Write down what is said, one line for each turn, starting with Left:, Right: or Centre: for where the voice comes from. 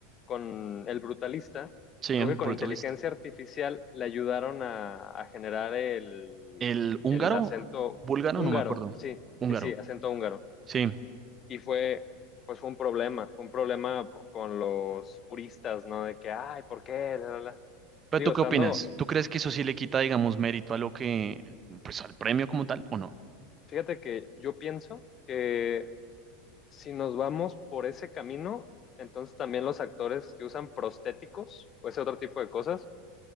Left: con El Brutalista,
Right: Sí,
Left: creo
Right: el
Left: que con
Right: Brutalist.
Left: inteligencia artificial le ayudaron a, a generar el,
Right: El húngaro,
Left: el acento
Right: búlgaro,
Left: húngaro,
Right: no me acuerdo.
Left: sí,
Right: Húngaro.
Left: sí, sí, acento húngaro.
Right: Sí.
Left: Y fue, pues fue un problema, fue un problema po- con los puristas, ¿no? De que, ay, ¿por qué? La, la, la".
Right: Pero
Left: Digo,
Right: ¿tú
Left: estando,
Right: qué opinas? ¿Tú crees que eso sí le quita, digamos, mérito a lo que, pues al premio como tal, o no?
Left: fíjate que yo pienso que si nos vamos por ese camino, entonces también los actores que usan prostéticos o ese otro tipo de cosas,